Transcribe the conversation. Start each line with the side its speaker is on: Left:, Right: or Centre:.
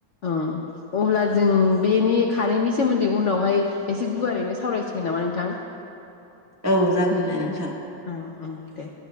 Left: ओं अब्ला जों बेनि कारेन्टनि सोमोन्दै उनावहाय एसे गुवारैनो सावरायसिगोन नामा नोंथां।
Right: औ जागोन दे नोंथां।
Left: उम उम दे।